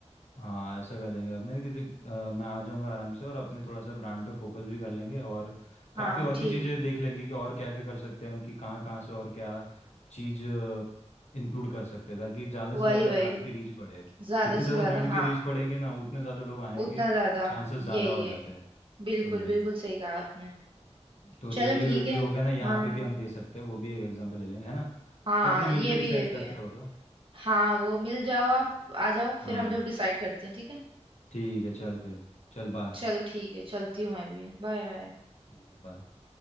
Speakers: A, on the left; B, on the right.
A: हाँ ऐसा कर लेंगे अपने किसी अ, मैं आ जाऊँगा आराम से और अपने थोड़ा सा ब्रांड पे फोकस भी कर लेंगे और काफ़ी
B: हाँ
A: और
B: ठीक
A: भी चीज़ें
B: है
A: देख लेंगे कि और क्या क्या कर सकते हैं हम कि कहाँ कहाँ से और क्या चीज़ इंक्लूड कर सकते हैं ताकि ज़्यादा
B: वही
A: से ज़्यादा
B: वही
A: ब्रांड की रीच बढ़े
B: ज्यादा
A: जितनी ज़्यादा
B: से ज्यादा
A: ब्रांड
B: हाँ
A: की रीच बढ़ेगी ना उतने ज़्यादा लोग आने
B: उतना
A: के
B: ज्यादा
A: चांसेस ज़्यादा
B: यही
A: हो जाते
B: है
A: हैं
B: बिल्कुल
A: हम्म
B: बिल्कुल सही कहा आपने
A: तो
B: चलो
A: रेडियो
B: ठीक
A: वीडियो
B: है
A: हो गया ना यहाँ
B: हाँ
A: पे भी हम दे सकते हैं वो भी एक एग्जांपल ले लेंगे है ना
B: हाँ
A: तो अपने मिलके
B: ये भी
A: डिसाइड
B: है ये भी
A: करते
B: है
A: हो तो
B: हाँ वो मिल जाओ आप आ जाओ
A: हाँ
B: फिर हम लोग डिसाइड करते हैं ठीक है
A: ठीक है चल फिर चल बाय
B: चलो ठीक है चलती हूँ मैं भी बाय बाय
A: ठीक है बाय